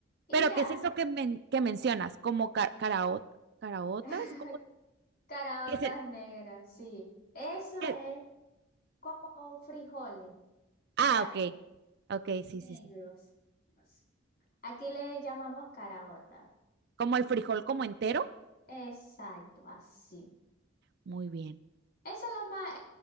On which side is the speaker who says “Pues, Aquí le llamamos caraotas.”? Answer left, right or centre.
Left